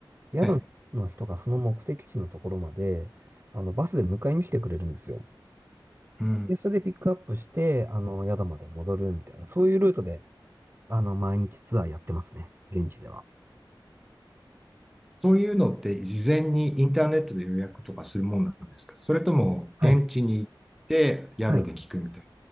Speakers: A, on the right; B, in the centre.
A: 宿の人がその目的地のところまで、
B: ど。はい。
A: あの、バスで迎えに来てくれるんですよ。
B: うん。
A: で、それでピックアップして、あの、宿まで戻るみたいな、そういうルートで、あの、毎日ツアーやってますね。現地では。
B: そういうのって事前にインターネットで予約とかするもんなんですかそれとも現地に行って宿で聞くみたい
A: はい。はい。